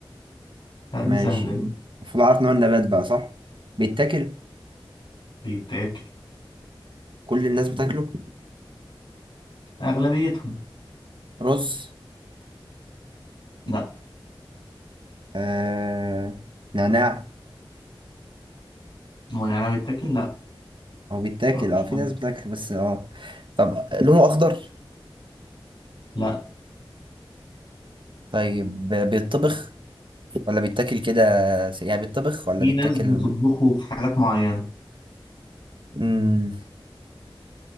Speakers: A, on the left; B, on the right.
A: لا
B: ماشي
A: دي سهلة دي
B: المفروض أعرف نوع النبات بقى صح بيتاكل
A: بيتاكل
B: كل الناس بتاكله
A: اغلبيتهم
B: رز
A: لا
B: آه... نعناع
A: هو النعناع بيتاكل لا
B: هو بيتاكل
A: لا مش
B: اه في
A: نعناع.
B: ناس بتاكله بس اه طب لونه اخضر
A: لا
B: طيب ب- بيتطبخ ولا بيتاكل كده س- يعني بيتطبخ ولا
A: في
B: بيتاكل
A: ناس بتطبخه في حاجات معينة
B: مم.